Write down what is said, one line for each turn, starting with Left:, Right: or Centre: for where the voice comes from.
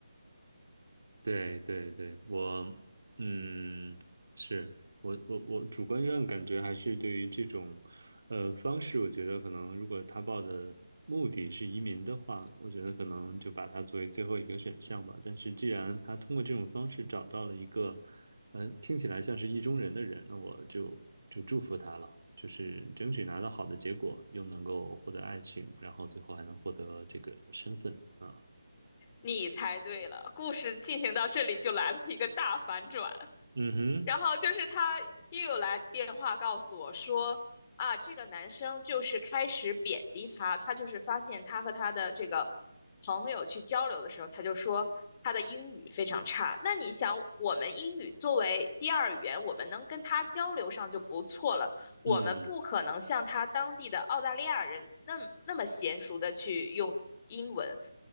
Right: 对对对，我嗯，是我我我主观上感觉还是对于这种呃方式，我觉得可能如果他报的目的是移民的话，我觉得可能就把它作为最后一个选项吧。但是既然他通过这种方式找到了一个呃听起来像是意中人的人，那我就就祝福他了，就是争取拿到好的结果，又能够获得爱情，然后最后还能获得这个身份啊。
Left: 你猜对了，故事进行到这里就来了一个大反转。
Right: 嗯哼，
Left: 然后就是他又有来电话告诉我说，啊，这个男生就是开始贬低他，他就是发现他和他的这个朋友去交流的时候，他就说他的英语非常差。那你想，我们英语作为第二语言，我们能跟他交流上就不错了，我们不可能像他当地的澳大利亚人那么那么娴熟的去用英文。
Right: 嗯